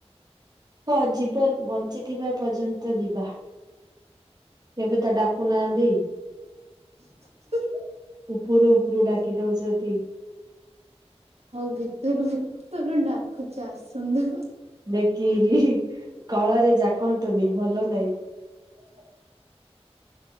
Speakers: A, on the right; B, on the right.
A: ହଁ ଜୀବନ ବଞ୍ଚିଥିବା ପର୍ଯ୍ୟନ୍ତ ଯିବା। କେବେ ତ ଡାକୁ ନାହାଁନ୍ତି।
B: <inaudible>
A: ଉପରୁ ଉପରୁ ଡାକି ଦଉଛ ଟି।
B: ହଉ ଭିତରୁ ଭିତରୁ ଡାକୁଚି ଆସନ୍ତୁ।
A: ଦେଖି ନି କଳରେ ଜାକନ୍ତୁନି ଭଲ ନାଇଁ।
B: ଆଛା